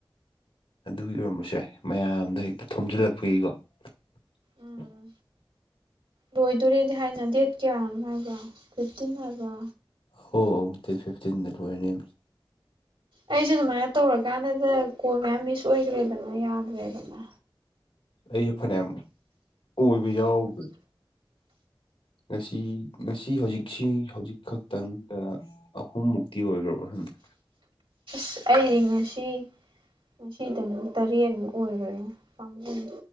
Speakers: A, on the left; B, on the right.
A: ꯑꯗꯨꯒꯤ ꯑꯣꯏꯔꯝꯕꯁꯨ ꯌꯥꯏ ꯃꯌꯥꯝꯗ ꯍꯦꯛꯇ ꯊꯣꯝꯖꯤꯜꯂꯛꯄꯒꯤꯀꯣ <inaudible>
B: ꯎꯝ ꯂꯣꯏꯗꯣꯔꯦꯗꯤ ꯍꯥꯏꯅ ꯗꯦꯠ ꯀꯌꯥ ꯑꯃ ꯍꯥꯏꯕ ꯐꯤꯐꯇꯤꯟ ꯍꯥꯏꯕ꯭ꯔꯣ
A: ꯍꯣ ꯗꯦꯠ ꯐꯤꯞꯇꯤꯟꯗ ꯂꯣꯏꯔꯅꯤ ꯍꯥꯏ
B: ꯑꯩꯖꯨ ꯑꯗꯨꯃꯥꯏꯅ ꯇꯧꯔꯀꯥꯟꯗꯗ ꯀꯣꯜ ꯃꯌꯥꯝ ꯃꯤꯁ ꯑꯣꯏꯒ꯭ꯔꯦꯗꯅ ꯌꯥꯗ꯭ꯔꯦꯗꯅ
A: ꯑꯩ ꯐꯅꯌꯥꯝ ꯑꯣꯏꯕ ꯌꯥꯎꯕꯟ ꯉꯁꯤ ꯉꯁꯤ ꯍꯧꯖꯤꯛꯁꯤ ꯍꯧꯖꯤꯛ ꯈꯛꯇꯪꯗ ꯑꯍꯨꯝ ꯃꯨꯛꯇꯤ ꯑꯣꯏꯒ꯭ꯔꯕ ꯍꯪꯗꯦ
B: ꯁ ꯑꯩ ꯉꯁꯤ ꯉꯁꯤꯗꯪ ꯇꯔꯦꯠꯃꯨꯛ ꯑꯣꯏꯒ꯭ꯔꯦꯉꯣ ꯄꯥꯝꯃꯨꯏ